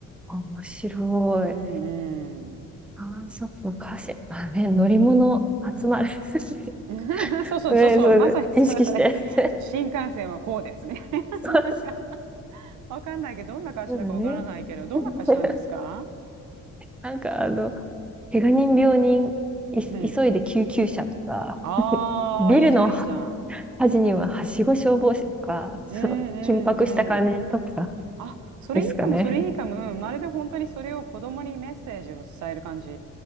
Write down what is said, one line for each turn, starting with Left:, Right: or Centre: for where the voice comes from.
Centre: あー、面白い。
Right: うんう
Centre: ああ、そっか、歌詞。まあね、乗り物集まる。<laughs>
Right: ん。<laughs> そうそうそうそう、
Centre: ね、それで、
Right: まさにそれそれ。
Centre: 意識して。<laughs>
Right: そう、新幹線はこうです。みたいな、
Centre: そう
Right: なんか、わかんないけど、どんな歌詞だかわからないけど、
Centre: そうだね。
Right: どんな歌詞なんですか
Centre: <laughs> なんかあの、怪我人病人、い急いで救急車とか、
Right: うん。ああー、
Centre: ビルの
Right: いいじゃん、いいじゃん。
Centre: 端には、はしご消防士とか、その緊迫した感じとか
Right: うんうんうん。あ、それいいかも、
Centre: ですかね。
Right: それいいかも。うんまるで本当にそれを子供にメッセージを伝える感じ。